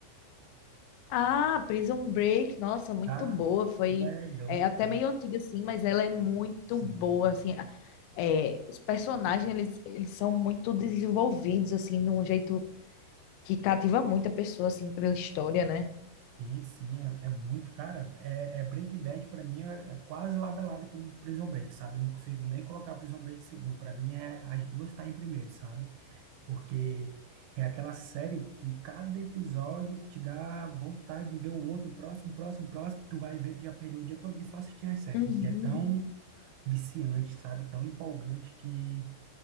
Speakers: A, on the left; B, on the right.
A: Ah, Prison Break, nossa, muito
B: tá?
A: boa. Foi
B: Tu é doido,
A: é, até
B: não.
A: meio antiga, assim, mas ela é muito
B: Sim,
A: boa, assim. É, os personagens, eles, eles são muito desenvolvidos, assim, de um jeito que cativa muita pessoa, assim, pela história, né?
B: sim, sim, é, é muito, cara, é, é Breaking Bad pra mim é, é quase lado a lado com Prison Break, sabe? Eu não consigo nem colocar Prison Break em segundo, pra mim é, as duas tá em primeiro, sabe? Porque é aquela série que cada episódio te dá vontade de ver o outro, próximo, próximo, próximo. Tu vai ver, tu já perdeu o dia todo só assistindo as séries,
A: Uhum,
B: porque é
A: uhum.
B: tão viciante, sabe? Tão empolgante que